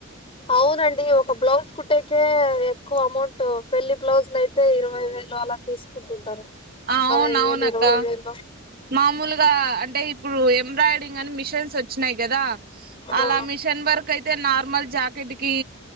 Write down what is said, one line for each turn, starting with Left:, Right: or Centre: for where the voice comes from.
Left: అవునండి, ఒక బ్లౌజ్ కుట్టేకే ఎక్కువ అమౌంట్ పెళ్లి బ్లౌజ్లు అయితే ఇరవై వేలు అలా తీసుకుంటుంటారు.
Right: అవునవునక్క
Left: పదహైదు వేలు ఇరవై వేలు
Right: మామూలుగా అంటే ఇప్పుడు ఎంబ్రాయిడింగ్ అని మిషన్స్ వచ్చినయ్, కదా అలా
Left: ఆ
Right: మిషన్ వర్క్ అయితే నార్మల్ జాకెట్ కి